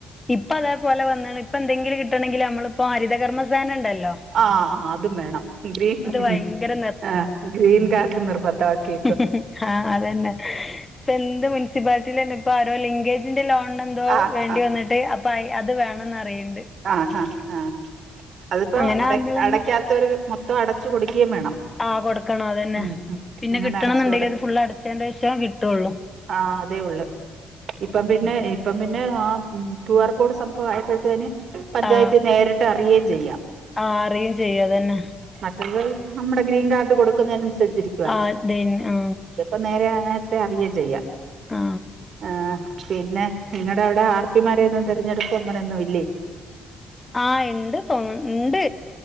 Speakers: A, on the left (about 20°); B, on the right (about 60°).
A: ഇപ്പ അതേപോലെ വന്ന്ണ് ഇപ്പ എന്തെങ്കിലും കിട്ടണെങ്കില് നമ്മളിപ്പോ ഹരിതകർമ്മ സേനണ്ടല്ലോ
B: ആ ആതും വേണം ഗ്രീൻ
A: ഭയങ്കര
B: ഏ ഗ്രീൻ കാർഡും നിർബന്ധാക്കി
A: <unintelligible> ആ അതന്നെ ഇപ്പെന്ത് മി മുൻസിപ്പാലിറ്റിലെന്നെ ഇപ്പൊ ആരോ ലിങ്കേജിന്റെ ലോൺനെന്തോ
B: ആ
A: വേണ്ടി
B: ആ
A: വന്നിട്ട് അപ്പ അയ് അത് വേണംന്നറിയിണ്ട്
B: ആ ആ ആ അതിപ്പോ
A: അങ്ങനെ
B: അട
A: ആവുമ്പളന്നെ
B: അടക്കാതൊരു മൊത്തം അടച്ചു കൊട്ക്കേയും വേണം
A: ആ കൊടുക്കണം അതന്നെ
B: ഉം ഉം
A: പിന്നെ
B: അങ്ങനെ
A: കിട്ടണന്നുണ്ടെങ്കിഅത്
B: അടച്ചു
A: ഫുള്ള് അടച്ചേന്റെശം കിട്ടൊള്ളൂ
B: ആ അതേ ഒള്ള് ഇപ്പം പിന്നെ ഇപ്പം പിന്നെ ആ ക്യുആർ കോഡ് സംഭവം ആയപതേന് പഞ്ചായത്ത്
A: ആ
B: നേരിട്ട് അറിയേയും ചെയ്യാം
A: ആ അറിയും ചെയ്യും അതന്നെ
B: മറ്റെത് നമ്മടെ ഗ്രീൻ കാർഡ് കൊടുക്കുന്നതിനനുസരിച്ചിരി
A: ആ ദെൻ ആ
B: പ്പൊ നേരെ അനേരത്തെ അറിയേം ചെയ്യാം
A: ആ
B: ആ പിന്നെ നിങ്ങടെ അവടെ ആർപ്പിമാരേന്നും തെരഞ്ഞെടുപ്പ് അങ്ങനെന്നും ഇല്ലേ
A: ആ ഇണ്ട് തോന്ന് ഇണ്ട്